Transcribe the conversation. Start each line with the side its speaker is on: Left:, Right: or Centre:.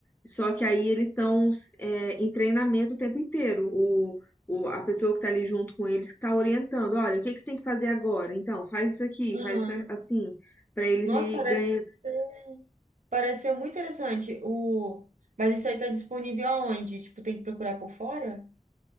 Left: Só que aí eles estão é, em treinamento o tempo inteiro. O, o, a pessoa que está ali junto com eles que está orientando, olha, o que que você tem que fazer agora? Então, faz isso aqui,
Right: Aham.
Left: faz isso assim, para eles
Right: Nossa,
Left: ir
Right: parece
Left: ganhando.
Right: ser... parece ser muito interessante. O... Mas isso aí tá disponível aonde? Tipo, tem que procurar por fora?